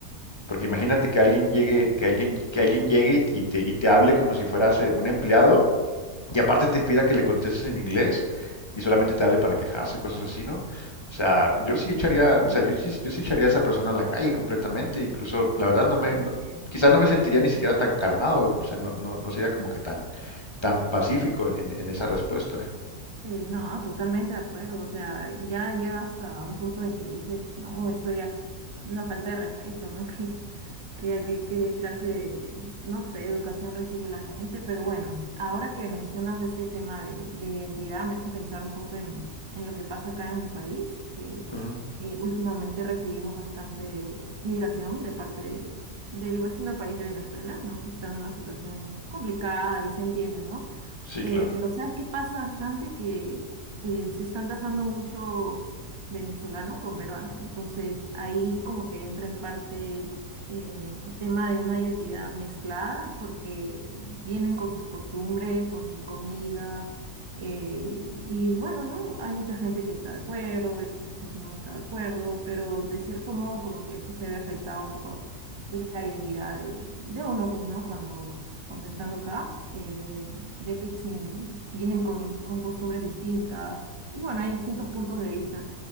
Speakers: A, on the left; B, on the right.
A: Porque imagínate que alguien llegue, que alguien, que alguien llegue y te, y te hable como si fueras eh, un empleado y aparte te pida que le contestes en inglés y solamente te hable para quejarse, o cosas así, ¿no? O sea, yo sí echaría,
B: No,
A: o sea, yo sí, yo sí echaría a esa persona a la calle completamente, incluso, la verdad, no
B: totalmente.
A: me, no- quizás no me sentiría ni siquiera tan calmado, o sea, no, no, no sería como que tan, tan pacífico en, en- en esa respuesta.
B: Eh, no, totalmente de acuerdo. O sea, ya llega hasta un punto en que dices, no, esto ya es una falta de respeto, ¿no? <laughs> ¿Qué, qué, qué, qué clase de, no sé, educación recibe la gente? Pero bueno, ahora que mencionas de este tema de, de identidad, me hace pensar un poco en, en lo que pasa acá en mi país, que
A: Ujú.
B: eh, últimamente recibimos bastante migración de parte de- del vecino país de Venezuela, ¿no? Que está en una situación complicada y se entiende, ¿no?
A: Sí,
B: Eh,
A: claro.
B: pero ¿sabes qué pasa bastante? Que eh, se están casando mucho venezolano con peruano. Entonces ahí como que entra en parte eh, el tema de una identidad mezclada porque vienen con sus costumbres, con su comida. eh, y bueno, ¿no? Hay mucha gente que está de acuerdo, hay mucha gente que no está de acuerdo, pero de cierto modo como que sí se ve afectado un poco la identidad de, de uno, pues, ¿no? Cuando, cuando estando acá, eh, ve, ve que se en- vienen con, con costumbres distintas. Y bueno, hay distintos puntos de vista,